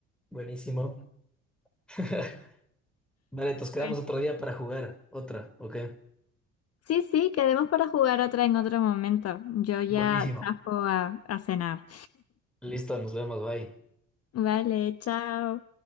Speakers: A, in the centre; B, on the left (about 35°).
A: buenísimo. <laughs> Vale, nos quedamos
B: Pues
A: otro día para jugar. Otra, ok.
B: Sí, sí, quedemos para jugar otra en otro momento. Yo ya
A: Buenísimo.
B: zafo a, a cenar.
A: Listo, nos vemos, bye.
B: Vale, chao.